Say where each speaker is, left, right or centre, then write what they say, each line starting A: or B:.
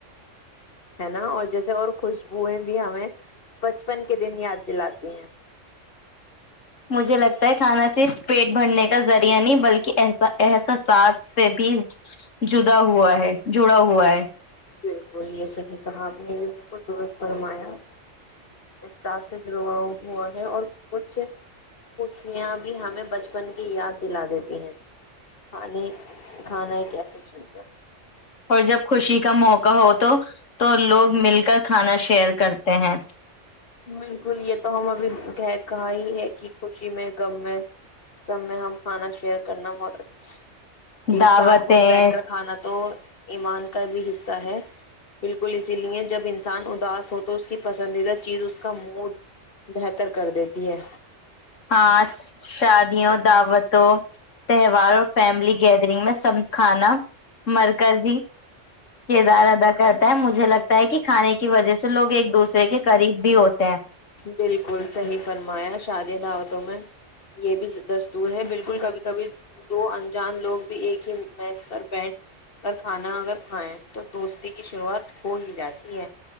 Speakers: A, on the left (about 50°); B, on the left (about 80°).
A: ہے نا اور جیسے اور خوشبوئیں بھی ہمیں بچپن کے دن یاد دلاتی ہیں
B: مجھے لگتا ہے کھانا صرف پیٹ بھرنے کا ذریعہ نہیں بلکہسا احساساس سے بھی جدا ہوا ہے جڑا ہوا ہے
A: بلکل یہ صحیح کہا اپنی بلکل درست فرمایا احساس سے جڑا ہوا ہے اور کچھ خشیاں بھی ہمیں بچپن کی یاد دلا دیتی ہیں کھانے کھانا ایک ایسی چیز ہے
B: اور جب خوشی کا موقع ہو تو تو لوگ مل کر کھانا شیئر کرتے ہیں
A: بالکل یہ تو ہم ابھی کہ کہا ہی ہے کہ خوشی میں غم میں سب میں ہم کھانا شیئر کرنا بہت اچھا ایک
B: دعوتیں
A: ساتھ مل بیٹھ کر کھانا تو ایمان کا بھی حصہ ہے بالکل اسی لیے جب انسان اداس ہو تو اس کی پسندیدہ چیز اس کا موڈ بہتر کر دیتی ہے
B: ہاں شادیوں دعوتوں تہواروں فیملی گیدرنگ میں سب کھانا مرکزی کردار ادا کرتا ہے مجھے لگتا ہے کہ کھانے کی وجہ سے لوگ ایک دوسرے کے قریب بھی ہوتے ہیں
A: بالکل صحیح فرمایا شادی دعوتوں میں یہ بھی دستور ہے بالکل کبھی کبھی دو انجان لوگ ایک ہی میس پر بیٹھ کر کھانا اگر ھیں تو دوستی کی شروعات ہو ہی جاتی ہے